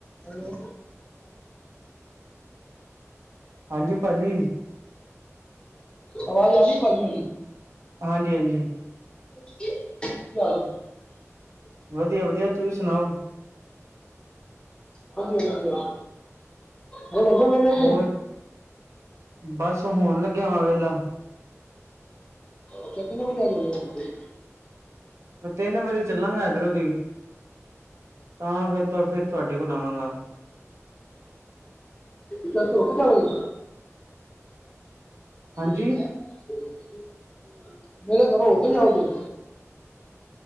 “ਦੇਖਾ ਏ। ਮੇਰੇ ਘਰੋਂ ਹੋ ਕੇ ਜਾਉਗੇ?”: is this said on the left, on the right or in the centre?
Left